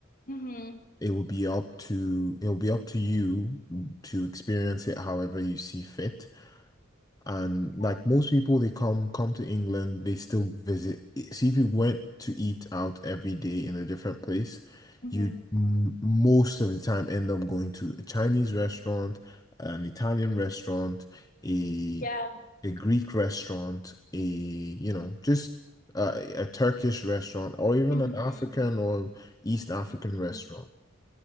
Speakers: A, on the left; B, on the left.
A: Mm-hmm.
B: It will be up to it'll be up to you to experience it however you see fit. And like
A: Yeah.
B: most people, they come come to England, they still visit. See, if you went to eat out every day in a different place,
A: Mm-hmm.
B: you m most of the time end up going to a Chinese restaurant, an Italian restaurant, a
A: Yeah.
B: a Greek restaurant, a you know just a, a Turkish restaurant, or even
A: Mm-hmm.
B: an African or East African
A: Mm-hmm.
B: restaurant.